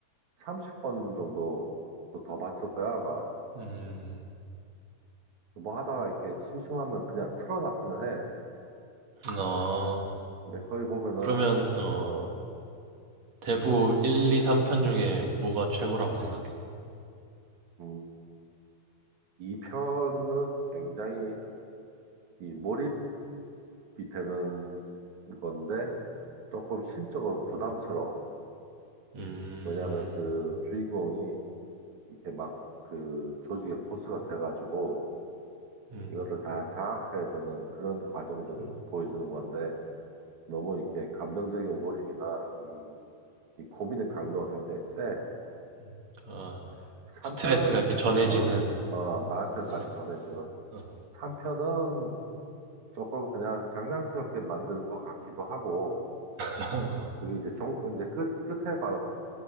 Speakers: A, on the right (about 80°); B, on the right (about 65°).
A: 30번 정도 또더 봤을 거야, 아마.
B: 음,
A: 뭐 하다가 이렇게 심심하면 그냥 틀어놨기는 해.
B: 어.
A: 근데 거기 보면은
B: 그러면, 어.
A: 어,
B: 대부
A: 어,
B: 1, 2, 3편 중에 뭐가 최고라고 생각해?
A: 음, 이 편은 굉장히 이 몰입이 되는 건데 조금 심적으로 부담스러워.
B: 음, 음,
A: 왜냐하면 그 주인공이 이렇게 막 그 조직의 보스가 돼가지고
B: 음,
A: 이거를 다 장악해야 되는 그런 과정들을
B: 음.
A: 보여주는 건데 너무 이렇게 감정적인 몰입이나 이, 이 고민의 강도가 굉장히 세.
B: 음. 어,
A: 3편은
B: 스트레스가 이렇게 전해지는,
A: 어, 어, 나한테까지
B: 어,
A: 전해주는
B: 어,
A: 3편은 조금 그냥 장난스럽게 만드는 것 같기도 하고
B: 어,
A: 그게 이제 종 이제 끝 끝에 관,